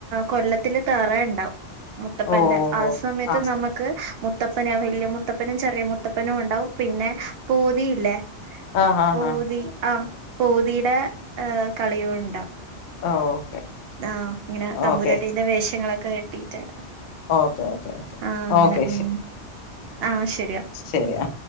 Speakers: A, on the right; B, on the left.
A: കൊല്ലത്തില് തേറ ഉണ്ടാവും. മുത്തപ്പന്റെ
B: ഓ ഓ
A: ആ
B: ഓ
A: സമയത്ത്
B: ആഹ്
A: നമ്മ ക്ക് മുത്തപ്പന വലിയ മുത്തപ്പനും ചെറിയ മുത്തപ്പനും ഉണ്ടാവും, പിന്നെ പോതിയില്ലേ.
B: ആഹ് ആഹ്
A: പോതി ആഹ് പോതിയുടെ കളിയും ഉണ്ടാവും.
B: ആഹ് ഓക്കെ.
A: ആഹ് ഇങ്ങനെ തമ്പൂരാട്ടിന്റെ
B: ഓക്കെ
A: വേഷങ്ങളൊക്കെ കെട്ടിയിട്ട്.
B: ഓക്കെ ഓക്കെ ഓക്കെ
A: ആഹ് അങ്ങനെ
B: ഓക്കെ
A: ഉം ആഹ് ശരിയാ.
B: ശരിയാ.